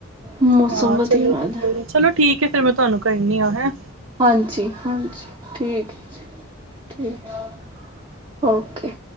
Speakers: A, on the right; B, on the right.
A: ਮੌਸਮ
B: ਹਾਂ
A: ਵਧੀਆ
B: ਚੱਲੋ ਜੀ
A: ਆਦਾ
B: ਕੋਈ ਨੀ ਚਲੋ ਠੀਕ ਨਹੀਂ ਫੇਰ ਮੈਂ ਤੁਹਾਨੂੰ ਕਹਿਣੀ ਆ ਹੈਂ
A: ਹਾਂਜੀ ਹਾਂਜੀ ਠੀਕ ਹੈ ਜੀ ਠੀਕ ਓਕੇ